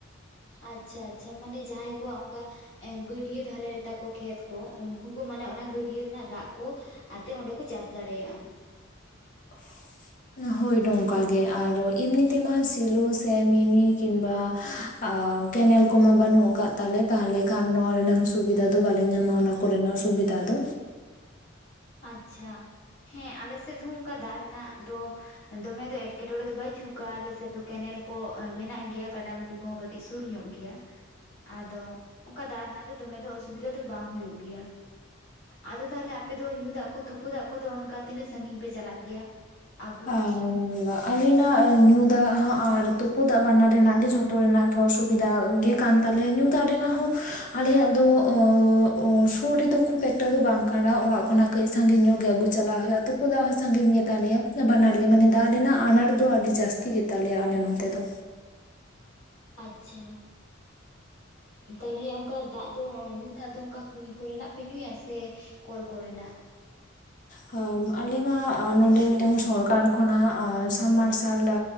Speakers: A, on the left (about 75°); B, on the left (about 40°).
A: ᱟᱪᱪᱷᱟ ᱟᱪᱪᱷᱟ ᱢᱟᱱᱮ ᱡᱟᱸᱦᱟᱭ ᱠᱚᱣᱟᱜ ᱚᱱᱠᱟ, ᱜᱟᱹᱰᱭᱟᱹ ᱫᱷᱟᱨᱮ ᱨᱮ ᱛᱟᱠᱚ ᱠᱷᱮᱛ ᱠᱚ ᱩᱱᱠᱩ ᱠᱚ ᱢᱟᱱᱮ ᱚᱱᱟ ᱜᱟᱹᱰᱭᱟᱹ ᱨᱮᱱᱟᱜ ᱫᱟᱜ ᱠᱚ᱾ ᱟᱛᱮ ᱚᱸᱰᱮ ᱠᱚ ᱪᱟᱥ ᱫᱟᱲᱮᱭᱟᱜᱼᱟ᱾
B: <inaudible> ᱦᱳᱭ ᱱᱚᱝᱠᱟᱜ ᱜᱮ ᱟᱨ ᱮᱢᱱᱤ ᱛᱮᱢᱟ ᱥᱤᱞᱚ ᱥᱮ ᱢᱤᱱᱤ ᱠᱤᱝᱵᱟ, ᱟᱸ ᱠᱮᱱᱮᱞ ᱠᱚᱢᱟ ᱵᱟᱹᱱᱩᱜ ᱟᱠᱟᱫ ᱛᱟᱞᱮ ᱛᱟᱦᱚᱞᱮ ᱠᱷᱟᱱ ᱱᱚᱣᱟ ᱨᱮᱱᱟᱝ, ᱥᱩᱵᱤᱷᱟ ᱫᱚ ᱵᱟᱞᱮ ᱧᱟᱢᱟ ᱚᱱᱟ ᱠᱚ ᱨᱮᱱᱟᱜ ᱥᱩᱵᱤᱫᱷᱟ ᱫᱚ,
A: ᱟᱪᱪᱷᱟ, ᱦᱮᱸ ᱟᱞᱮᱥᱮᱫ ᱦᱚᱸ ᱚᱱᱠᱟ ᱫᱟᱜ ᱨᱮᱱᱟᱜ ᱫᱚ, ᱫᱚᱢᱮ ᱫᱚ ᱮᱴᱠᱮᱴᱚᱬᱮ ᱫᱚ ᱵᱟᱪᱩᱜ ᱠᱟᱜ ᱟᱞᱮᱥᱮᱫ ᱫᱚ ᱠᱮᱱᱮᱞ ᱠᱚ ᱢᱮᱱᱟᱜ ᱜᱮᱭᱟ ᱜᱟᱰᱟ ᱢᱩᱰᱩ, ᱠᱚᱦᱚᱸ ᱠᱟᱹᱴᱤᱡ ᱥᱩᱨ ᱧᱚᱜ ᱜᱮᱭᱟ, ᱟᱫᱚ ᱚᱱᱠᱟ ᱫᱟᱜ ᱨᱮᱱᱟᱜ ᱫᱚ ᱫᱚᱢᱮ ᱫᱚ ᱚᱥᱩᱵᱤᱫᱷᱟ ᱫᱚ ᱵᱟᱝ ᱦᱩᱭᱩᱜ ᱜᱮᱭᱟ᱾ ᱟᱫᱚ ᱛᱟᱦᱚᱞᱮ ᱟᱯᱮ ᱫᱚ ᱧᱩ ᱫᱟᱜ ᱠᱚ ᱛᱩᱯᱩ ᱫᱟᱜ ᱠᱚᱫᱚ ᱚᱱᱠᱟ ᱛᱤᱱᱟᱹᱜ ᱥᱟᱺᱜᱤᱧ ᱯᱮ ᱪᱟᱞᱟᱜ ᱜᱮᱭᱟ᱾ ᱟᱹᱜᱩ
B: ᱟᱨ ᱟᱞᱮᱱᱟᱜ ᱧᱩ ᱫᱟᱜ ᱟᱨ ᱦᱟᱸᱜ ᱛᱩᱯᱩ, ᱛᱩᱯᱩᱫᱟᱜ ᱵᱟᱱᱟᱨ ᱨᱮᱱᱟᱜ ᱜᱮ ᱡᱷᱚᱛᱚ ᱨᱮᱱᱟᱜ ᱜᱮ ᱚᱥᱩᱵᱤᱫᱷᱟ ᱜᱮ, ᱠᱟᱱ ᱛᱟᱞᱮᱭᱟ ᱧᱩ ᱫᱟᱜ ᱨᱮᱱᱟᱜ ᱦᱚᱸ ᱟᱞᱮᱭᱟᱜ ᱫᱚ ᱚᱜ ᱥᱩᱨ ᱨᱮᱫᱚ ᱠᱷᱩᱵ, ᱯᱷᱮᱠᱴᱟ ᱫᱚ ᱵᱟᱝ ᱠᱟᱱᱟ ᱚᱲᱟᱜ ᱠᱷᱚᱱᱟᱜ ᱠᱟᱹᱡ ᱥᱟᱺᱜᱤᱧ ᱧᱚᱜ ᱜᱮ ᱟᱹᱜᱩ ᱪᱟᱞᱟᱜ ᱦᱩᱭᱩᱜᱼᱟ᱾ ᱛᱩᱯᱩ ᱫᱟᱜ ᱦᱚᱸ ᱥᱟᱺᱜᱤᱧ ᱜᱮ ᱛᱟᱞᱮᱭᱟ᱾ ᱵᱟᱱᱟᱨ ᱜᱮ ᱢᱟᱱᱮ ᱫᱟᱜ ᱨᱮᱱᱟᱜ ᱟᱱᱟᱴ ᱫᱚ ᱟᱹᱰᱤ ᱡᱟᱹᱥᱛᱤ ᱜᱮ ᱛᱟᱞᱮᱭᱟ ᱟᱞᱮ ᱱᱚᱛᱮ ᱫᱚ᱾
A: ᱟᱪᱪᱷᱟ, ᱛᱟᱞᱦᱮ ᱚᱱᱠᱟ ᱫᱟᱜ ᱫᱚ ᱧᱩ ᱫᱟᱜ ᱫᱚ ᱚᱱᱠᱟ ᱠᱩᱧ ᱠᱚᱨᱮᱱᱟᱜ ᱯᱮ ᱧᱩᱭᱟ ᱥᱮ ᱠᱚᱞ ᱠᱚᱨᱮᱱᱟᱜ?
B: ᱟᱞᱮ ᱢᱟ ᱱᱚᱸᱰᱮ ᱢᱤᱫᱴᱟᱝ ᱥᱚᱨᱠᱟᱨ ᱠᱷᱚᱱᱟᱜ ᱥᱟᱵ ᱢᱟᱨᱥᱟᱞ,